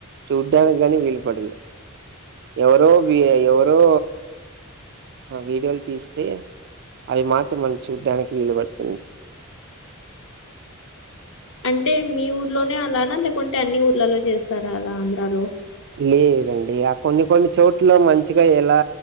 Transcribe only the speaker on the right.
చూడ్డానికి గాని వీలు పడదు ఎవరో వీ ఎవరో వీడియోలు తీసి తే అవి మాత్రం మనం చూడ్డానికి వీలు పడుతుంది <inaudible>
లేదండి ఆ కొన్ని కొన్ని చోట్ల మంచిగా ఎలా